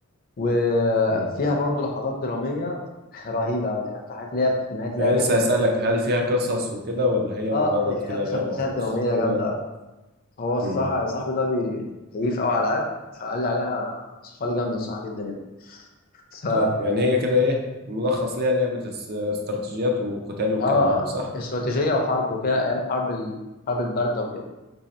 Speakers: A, on the left (about 45°); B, on the right (about 50°).
A: وفيها
B: مم.
A: برضو لحظات دراميه <laughs> رهيبه قوي حتى حاجات اللي هي في نهايه اللعبه
B: انا
A: كانت
B: لسه هسألك هل فيها قصص وكده ولا هي
A: اه
B: مجرد
A: اه دي فيها
B: كده
A: يا باشا
B: لعبة
A: مشاهد
B: وخلاص
A: دراميه جامده
B: اه
A: قوي هو الصراحه
B: مم.
A: صاحبي ده بي- كيف قوي على العاب فقال لي عليها صفها لي جامده صراحه جدا يعني ف
B: طيب يعني هي كده ايه ملخص ليها لعبة اس- استراتيجيات وقتال والكلام
A: اه
B: ده صح
A: استراتيجيه وحرب وكده ايام حرب الحرب
B: مم.
A: البارده وكده